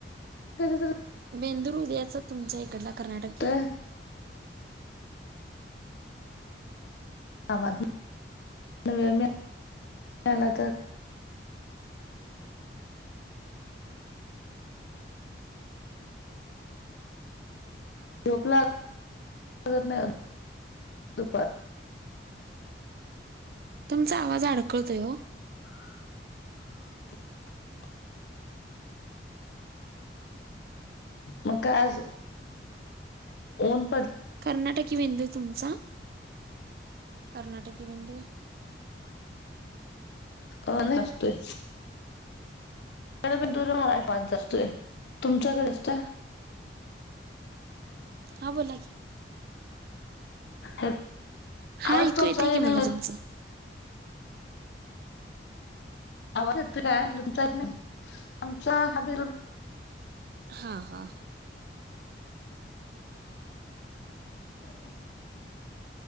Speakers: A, on the left (about 75°); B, on the right (about 55°).
A: कधीतरी
B: बेंदूर उद्याच तुमच्या इकडला कर्नाटकी.
A: झोपतोय कामातन वेळ मिळाला तर झोप लागत नाही दुपारी.
B: तुमचा आवाज अडकळतोय हो.
A: <inaudible> मग काय आजु कोण
B: कर्नाटकी बेंदूर तुमचा, कर्नाटकी बिंदू
A: अ नाही असतोय. बेंदूर असतोय, तुमचा कधी असतोय?
B: हा बोला की.
A: आवाज
B: हा ऐकू
A: तुमचा
B: येतय
A: हे
B: की
A: नाही
B: मला
A: होत.
B: तुमचं
A: आवाज येतो काय म्हटल. तुमचा येत नाही. आमचा हब
B: हा हा
A: <inaudible>